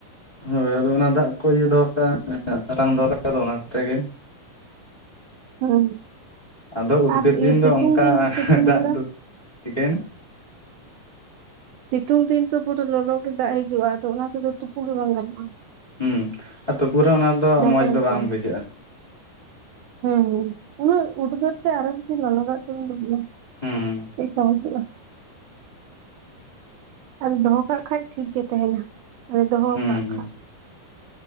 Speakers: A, on the left (about 15°); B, on the right (about 85°).
A: ᱦᱳᱭ ᱟᱫᱚ ᱚᱱᱟ ᱫᱟᱜ ᱠᱚ ᱤᱭᱟᱹ ᱫᱚᱦᱚ ᱠᱟᱜ-ᱟ <unintelligible> ᱫᱚᱦᱚ ᱠᱟᱛᱮᱜ ᱟᱫᱚ ᱚᱱᱟ ᱠᱚᱛᱮ ᱜᱮ
B: ᱦᱩᱸ
A: ᱟᱫᱚ ᱩᱫᱽᱜᱟᱹᱨ
B: ᱟᱨ
A: ᱫᱤᱱ
B: ᱤᱭᱟᱹ ᱥᱤᱛᱩᱝ
A: ᱫᱚ ᱚᱝᱠᱟ
B: ᱫᱤᱱ ᱟᱨ ᱥᱤᱛᱩᱝ
A: ᱫᱟᱜ
B: ᱵᱮᱲᱟ
A: ᱫᱚ ᱪᱤᱠᱟᱹᱭᱮᱱᱟ?
B: ᱥᱤᱛᱩᱝ ᱫᱤᱱ ᱛᱚ ᱯᱩᱨᱟᱹ ᱞᱚᱞᱚ ᱜᱮ ᱫᱟᱜ ᱦᱤᱡᱩᱜ-ᱟ ᱟᱫᱚ ᱚᱱᱟ ᱛᱮᱫᱚ ᱛᱩᱯᱩ ᱜᱮ ᱵᱟᱝ ᱜᱟᱱᱚᱜ-ᱟ᱾
A: ᱦᱩᱸ ᱟᱨ ᱛᱩᱵᱩ ᱨᱮᱦᱚ ᱚᱱᱟ ᱫᱚ ᱢᱚᱸᱡᱽ
B: ᱴᱟᱭᱤᱢ
A: ᱫᱚ ᱵᱟᱝ
B: ᱠᱚᱞ
A: ᱵᱩᱡᱷᱟᱹᱜ-ᱟ᱾
B: ᱦᱩᱸ ᱦᱩᱸ ᱩᱱᱟᱹᱜ ᱩᱫᱜᱟᱹᱨ ᱛᱮ ᱟᱨᱦᱚ ᱡᱚᱫᱤ ᱞᱚᱞᱚ ᱫᱟᱜ ᱛᱮᱵᱚᱱ ᱛᱩᱯᱩᱱᱟ,
A: ᱦᱩᱸ
B: ᱪᱮᱜ-ᱠᱟ ᱵᱩᱡᱷᱟᱹᱜ-ᱟ? ᱟᱨ ᱫᱚᱦᱚ ᱠᱟᱜ ᱠᱷᱟᱡ ᱴᱷᱤᱠ ᱜᱮ ᱛᱟᱦᱮᱱᱟ, ᱢᱟᱱᱮ ᱫᱚᱦᱚ
A: ᱦᱩᱸ
B: ᱠᱟᱜ
A: ᱦᱩᱸ
B: ᱠᱷᱟᱡ᱾